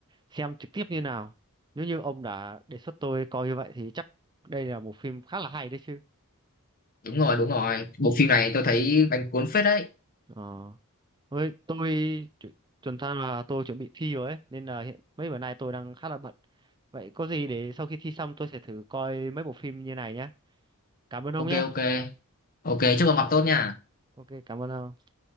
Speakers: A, on the right; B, on the left.
A: xem trực tiếp như nào. Nếu như ông đã đề xuất tôi coi như vậy thì chắc đây là một phim khá là hay đấy chứ.
B: đúng rồi đúng rồi bộ phim này tôi thấy bánh cuốn phết đấy
A: Ờ, với tôi chu- chuẩn ra là tôi chuẩn bị thi rồi ấy, nên là hiện mấy bữa nay tôi đang khá là bận. Vậy có gì để sau khi thi xong tôi sẽ thử coi mấy bộ phim như này nhé. Cảm ơn ông
B: ok
A: nhé.
B: ok ok chúc ông học tốt nha
A: Ok, cảm ơn ông.